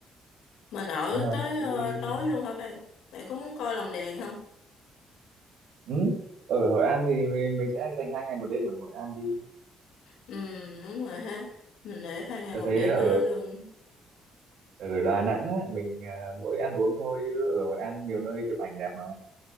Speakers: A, on the left; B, on the right.
A: Mình ở
B: đúng rồi.
A: tới
B: Đi
A: ờ, tối luôn hả bạn? Bạn có muốn coi lồng đèn không?
B: ừ. Ở Hội An thì mình, mình sẽ anh dành hai ngày một đêm ở Hội An đi.
A: Ừ, đúng rồi ha. Mình để hai ngày
B: Tớ
A: một
B: thấy
A: đêm
B: ở
A: ở đó luôn.
B: ở Đà Nẵng á, mình à, mỗi ăn uống thôi chứ ở Hội An nhiều nơi chụp ảnh đẹp mà